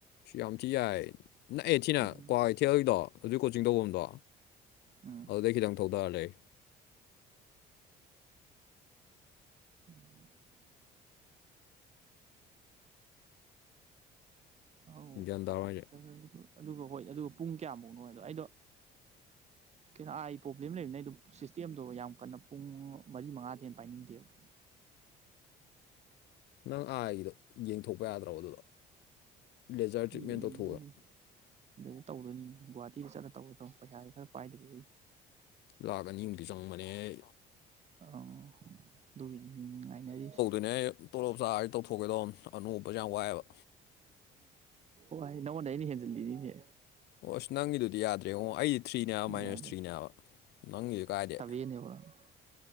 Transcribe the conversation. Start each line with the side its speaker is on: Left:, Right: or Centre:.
Left: ꯌꯥꯝ ꯊꯤ ꯌꯥꯏ ꯅꯛꯑꯦ ꯊꯤꯅ
Right: ꯎꯝ
Left: ꯀ꯭ꯋꯥ ꯀꯩꯊꯦꯜꯒꯤꯗꯣ ꯍꯧꯖꯤꯛ ꯀ‌ꯣ ꯆꯤꯡ ꯇꯧꯕꯝꯗꯣ
Right: ꯎꯝ
Left: ꯑꯗꯨꯗꯩ ꯈꯤꯇꯪ ꯊꯧꯗꯔꯥ ꯂꯩ
Right: <unintelligible> ꯑꯥꯎ
Left: ꯒ꯭ꯌꯥꯟ ꯇꯥꯔꯣ ꯍꯥꯏꯁꯦ
Right: ꯁ‌ꯦꯂꯔꯤꯗꯨ <unintelligible> ꯑꯗꯨꯒ ꯍꯣꯏ ꯑꯗꯨꯒ ꯄꯨꯡ ꯀꯌꯥꯃꯨꯛꯅꯣ ꯍꯥꯏꯗꯣ ꯑꯩꯗꯣ ꯀꯩꯅꯣ ꯑꯥꯏ ꯄ꯭ꯔꯣꯕ꯭ꯂꯦꯝ ꯂꯩꯕꯅꯤꯅ ꯑꯩꯗ‌ꯣ ꯁꯤꯁꯇꯦꯝꯗꯣ ꯌꯥꯝ ꯀꯟꯅ ꯄꯨꯡ ꯃꯔꯤ ꯃꯉꯥꯗꯩ ꯍꯦꯟꯅ ꯄꯥꯏꯅꯤꯡꯗꯦꯕ
Left: ꯅꯪ ꯑꯥꯏꯒꯤꯗꯣ ꯌꯦꯡꯊꯣꯛꯄ ꯌꯥꯗ꯭ꯔꯕ‌ꯣ ꯑꯗꯨꯗ‌ꯣ ꯂꯦꯖꯔ ꯇ꯭ꯔꯤꯠꯃꯦꯟ
Right: ꯌꯦꯡꯗꯣꯏꯅꯤ
Left: ꯇꯧꯊꯣꯛꯑ‌ꯣꯗ
Right: <unintelligible> ꯇꯧꯗꯣꯏꯅꯤ ꯒꯨꯍꯥꯇꯤꯗ ꯆꯠꯂ ꯇꯧꯒ‌ꯦ ꯇꯧꯕꯅ ꯄꯩꯁꯥꯁꯦ ꯈꯔ ꯄꯥꯏꯗ꯭ꯔꯤ ꯑꯩ
Left: ꯂꯥꯛ ꯑꯅꯤꯃꯨꯛꯇꯤ ꯆꯪꯕꯅꯦꯍ‌ꯦ
Right: ꯑ ꯑꯗꯨꯒꯤ ꯅ‍ꯦ ꯉꯥꯏꯅꯔꯤꯁ‌
Left: <unintelligible> ꯇꯣꯂꯣꯞ ꯆꯥꯔ ꯇꯧꯊꯣꯛꯀ‌ꯦ ꯇꯧꯅ‌ꯦ ꯑꯅ‌‌ꯣꯞ ꯎꯞꯄꯁ‌ꯦ ꯌꯥꯝ ꯋꯥꯏꯑ‌ꯦꯕ
Right: ꯋꯥꯏ ꯅꯪꯉꯣꯟꯗꯩ ꯑꯩꯅ ꯍꯦꯟꯖꯤꯜꯂꯤꯅꯤꯅꯦ
Left: ꯑꯣ ꯑꯁ ꯅꯪꯒꯤꯗꯨꯗꯤ ꯌꯥꯗ꯭ꯔꯦꯉ‌ꯣ ꯑꯩꯗꯤ ꯊ꯭ꯔꯤꯅꯦꯕ ꯃꯥꯏꯅꯁ
Right: ꯌꯥꯗ꯭ꯔꯦ
Left: ꯊ꯭ꯔꯤꯅꯦꯕ ꯅꯪꯒꯤꯗꯨꯗꯤ ꯀꯥꯏꯗꯩ
Right: <unintelligible>